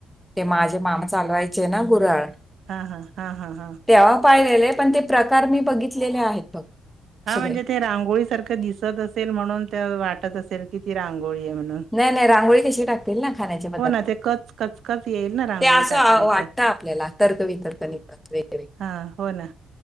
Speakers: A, in the centre; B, on the right (about 70°).
A: ते माझे मामा चालवायचे ना गुऱ्हाळ
B: हा, हा, हा, हा, हा
A: तेव्हा पाहिलेले पण ते प्रकार मी बघितलेले आहेत बघ
B: हा
A: सगळे.
B: म्हणजे ते रांगोळी सारखं दिसत असेल म्हणून ते वाटत असेल की ती रांगोळी आहे म्हणून
A: नाही, नाही रांगोळी कशी टाकतील ना खाण्याच्या पदार्थात
B: हो ना, ते कच कचकच येईल ना रांगोळी
A: ते आसं
B: टाकली
A: वाट
B: तर.
A: त आपल्याला तर्कवितर्क निघतात वेगवेगळे
B: हा हो ना